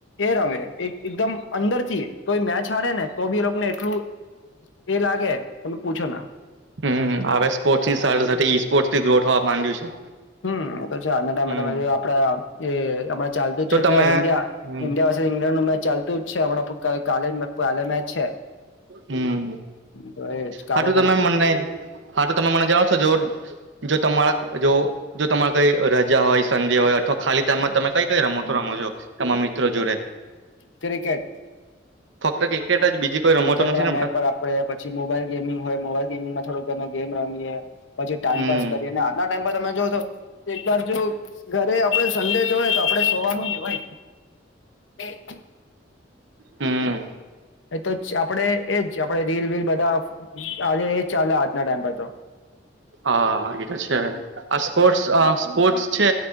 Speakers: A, on the left; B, on the right.
A: એ રમે એક એકદમ અંદર થી તોઈ મેચ હારે ને તો બી લોકોને એટલું એ લાગે તમે પૂછો ના
B: હમ્મ હમ્મ હવે સ્પોર્ટ્સ ની સાથે સાથે ઈ સ્પોર્ટસથી ગ્રો થવા માંડ્યું છે.
A: હમ્મ એ તો છે આજના ટાઈમે
B: હમ
A: તમે જો આપડા એ અણા ચાલતું
B: તો
A: છે
B: તમે
A: ત્યા ઇન્ડિયા
B: હમ
A: ઇન્ડિયા ઇંગ્લેન્ડ નું મેચ ચાલતું જ છે હમણા કાલે કાલે મેચ છે
B: હમ
A: તો એજ કાલે
B: હા તો તમે મને હા તો તમે મને <unintelligible> જો તમારા જો જો તમારે કઈ રજા હોય સંધ્યા હોય અથવા ખાલી ટાઈમમાં તમે કઈ કઈ રમતું રમો છો તમામ મિત્રો જોડે
A: ક્રિકેટ
B: ફક્ત ક્રિકેટ જ બીજી કોઈ
A: ક્રિકેટ
B: રમતો નથી
A: રમે
B: રમતા
A: આપડે પછી મોબાઈલ ગેમિંગ હોય મોબાઈલ ગેમિંગમાં થોડ ઘણા ગેમ રમીએ પછી ટાઈમ
B: હમ
A: પાાસ કરીએ ને આજના ટાઈમ પર તમે જો એક વાર જો ઘરે આપડે સંડે જો હોય તો આપડે સોવાનું જ હોય. એ <inaudible>
B: હમ
A: એ તો આપડે એજ આપણેે રીલ વીલ બધા આજે એજ ચાલે આજના ટાઈમ પર તો
B: હા એ તો છે આ સ્પોર્ટ્સ સ્પોર્ટસ છે